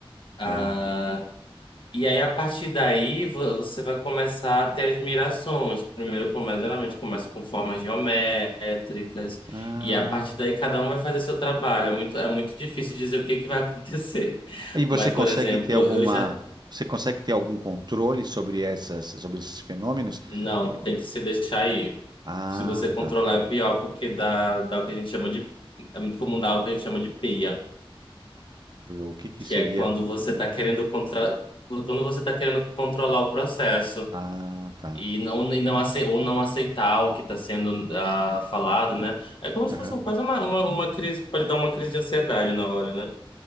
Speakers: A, on the left (about 60°); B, on the right (about 45°).
A: Ah,
B: Tá.
A: e aí, a partir daí, vo- você vai começar a ter admirações. Primeiro começa, geralmente começa com formas geométricas,
B: Ah.
A: e a partir daí cada um vai fazer seu trabalho. É muito, é muito difícil dizer o que que vai <laughs> acontecer.
B: E você
A: Mas,
B: consegue
A: por exemplo,
B: ter alguma,
A: eu já.
B: você consegue ter algum controle sobre essas, sobre esses fenômenos?
A: Não,
B: Eh,
A: tem que se deixar aí.
B: Ah,
A: Se você controlar
B: tá.
A: é pior, porque dá, dá o que a gente chama de. É muito comum dar o que a gente chama de peia,
B: O que que
A: que
B: seria?
A: é quando você está querendo contra... quando você tá querendo controlar o processo.
B: Ah, tá.
A: E não, e não ace- ou não aceitar o que está sendo ah, falado, né? É como se
B: Aham.
A: fosse quase uma, uma, uma crise, pode dar uma crise de ansiedade na hora, né?